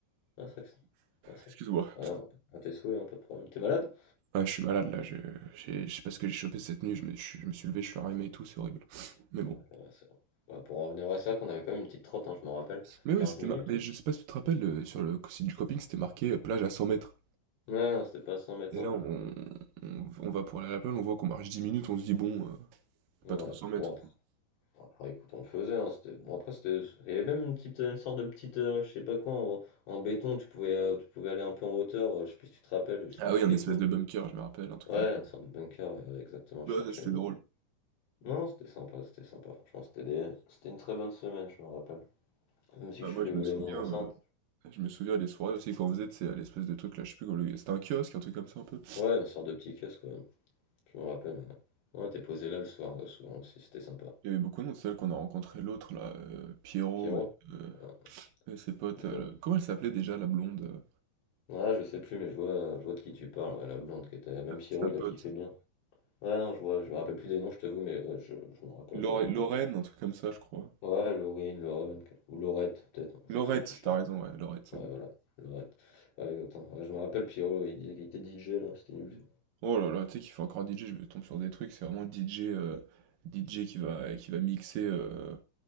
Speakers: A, on the left; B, on the right.
A: Ouais, c'est vrai que c'est- ouais, c'est
B: excuse-moi.
A: vrai que- Ouais, ouais, à tes souhaits, hein, pas de problème. T'es malade?
B: Ah, je suis malade, là, je, j'ai- je sais pas ce que j'ai chopé cette nuit, je me, je, je me suis levé, je suis enrhumé et tout, c'est horrible. Mais
A: Ouais,
B: bon.
A: intéressant. Ouais, pour en revenir à ça, qu'on avait quand même une petite trotte, hein, je m'en rappelle.
B: Mais oui,
A: quinze
B: c'était...
A: minutes.
B: ma- Mais je sais pas si tu te rappelles, euh, sur le site du camping, c'était marqué euh, plage à 100 mètres.
A: Ouais, non, c'était pas cent mètres.
B: Et
A: hein.
B: là, on, on, on va pour aller à la plage, on voit qu'on marche 10 minutes, on se dit, bon, euh,
A: Ouais.
B: pas trop 100 mètres.
A: Bon, après, après, écoute, on le faisait. hein, c'était... Bon, après, c'était... Il y avait même une petite une sorte de petite, euh, je sais pas quoi, en, en béton, tu pouvais, euh, tu pouvais aller un peu en hauteur. euh, je sais plus si tu te rappelles, je sais
B: Ah
A: plus
B: oui,
A: si c'était
B: un espèce
A: quoi. une-
B: de bunker, je me rappelle, un truc
A: Ouais,
B: comme ça.
A: une sorte de bunker, ouais, ouais, exactement, je
B: Bah,
A: cherchais
B: ça, c'était
A: le mot.
B: drôle.
A: Non, c'était sympa, c'était sympa. Franchement, c'était des... c'était une très bonne semaine, je me rappelle. Même si
B: Ah,
A: je
B: moi,
A: fais
B: je
A: voler
B: me souviens...
A: mon enceinte.
B: euh, Je me souviens des soirées aussi qu'on faisait, tu sais, à l'espèce de truc là, je sais plus comment le... C'était un kiosque, un truc comme ça un peu.
A: Ouais, une sorte de petit casque, quand même. Je me rappelle. Ouais, Ouais, t'es posé là le soir, euh, souvent aussi, c'était sympa.
B: Il y avait beaucoup de monde, c'est là qu'on a rencontré l'autre là, euh, Pierrot,
A: Pierrot?
B: euh,
A: Ah,
B: et ses potes.
A: le fameux.
B: euh, le- Comment elle s'appelait déjà la blonde, euh,
A: Ouais, je sais plus, mais je vois, je vois de qui tu parles, ouais, la blonde qui était. Même Pierrot,
B: sa
A: il
B: pote?
A: a kiffé bien. Ouais, non, je vois, je me rappelle plus des noms, je t'avoue, mais ouais, je, je m'en rappelle,
B: Lore-
A: je m'en rappelle.
B: Lorraine, un truc comme ça, je crois.
A: Ouais, Laurine, Lauren, ou Laurette, peut-être, non, je
B: Laurette,
A: sais plus, je t'avoue.
B: t'as raison, ouais, Laurette, c'est
A: Ouais,
B: bon.
A: voilà, Laurette. Ouais, exactement. Ouais, je me rappelle, Pierrot, il disait qu'il était DJ, là, c'était nul.
B: Oh là là, tu sais qu'il fait encore DJ, je me tombe sur des trucs, c'est vraiment DJ, euh, DJ qui va, qui va mixer euh,